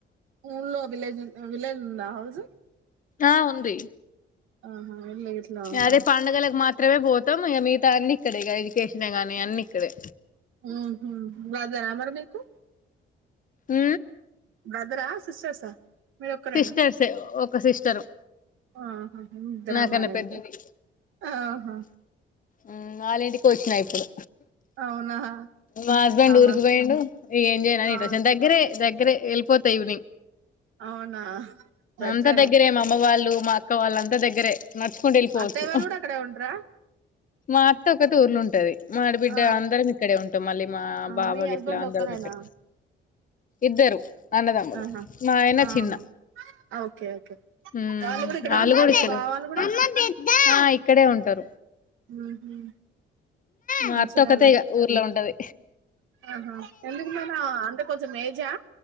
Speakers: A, on the right (about 80°); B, on the left (about 40°).
A: ఊల్లో విలేజ్ ఉ విలేజ్ ఉందా హౌజు
B: ఆ ఉంది
A: ఆహా ఇల్లు ఇట్లా ఉందా
B: అదే పండుగలకు మాత్ త్రమే పోతాం ఈ మిగాతవన్ని ఇక్కడే ఎడుకేషనే గానీ అన్ని ఇక్కడే
A: ఉహు బ్రదరా మరి మీకు
B: ఉ
A: బ్రదరా, సిస్టర్సా మీరు ఒక్కరేనా
B: సిస్టర్సే ఒక సిస్టరు
A: ఆహా ముద్రామాల
B: నాకన్నా పెద్దది
A: ఇంక ఆహా
B: ఉమ్ వాళ్ళింటికే వచ్చినా ఇప్పుడు
A: అవునా
B: మా హస్బెండ్
A: సాంబా
B: ఊరికి పోయిండు ఇ ఏం చేయాల అని
A: ఆ
B: ఇటు వచ్చా దగ్గరే దగ్గరే వెళ్ళిపోతా ఇవి
A: అవునా బెటరేలే
B: అంత దగ్గరే మా అమ్మ వాళ్ళు మా అక్క వాళ్ళు అంత దగ్గరే నడుచుకుంటూ వెళ్ళిపోవచ్చు
A: అత్తయ్య వాళ్ళు కూడా అక్కడే ఉంటారా
B: మా అత్త ఒకటి ఊర్లో ఉంటది మా ఆడి బిడ్డ
A: ఆ
B: అందరం ఇక్కడే ఉంటాం మళ్ళీ మా
A: ఆ,
B: బావ
A: మీ
B: గిట్లా
A: హస్బెండ్
B: అందరం
A: ఒక్కరేనా
B: ఇక్కడే ఇద్దరు అన్నదమ్ములు
A: ఆహా
B: మా ఆయన
A: ఆహా
B: చిన్న
A: ఓకే ఓకే
B: ఉమ్
A: వాళ్ళు కూడా ఇక్కడ
B: ఆళ్ళు
A: ఉంటారా
B: కూడా ఇక్కడే
A: మీ బావా వాళ్ళు కూడా
B: ఆ ఇక్కడే ఉంటారు
A: ఉహు
B: మా
A: అవును
B: అత్త
A: సరేలే
B: ఒకతే ఇగ ఊర్లో ఉంటది
A: ఆహా ఎందుకు మామ అంత కొంచెం ఏజా